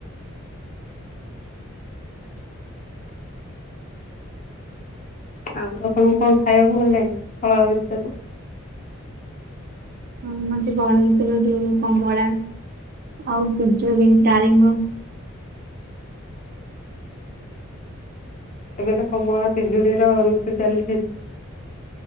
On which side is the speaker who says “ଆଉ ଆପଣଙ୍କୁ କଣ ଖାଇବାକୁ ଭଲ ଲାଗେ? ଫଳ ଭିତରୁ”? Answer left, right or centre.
Left